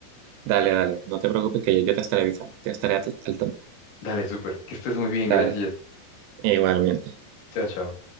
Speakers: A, on the right (about 80°); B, on the left (about 55°).
A: Dale, dale. No te preocupes que yo, yo te estaré avisando. Te estaré al, al tanto.
B: Dale, súper. Que estés muy bien,
A: Dale.
B: gracias.
A: Igualmente.
B: Chao, chao.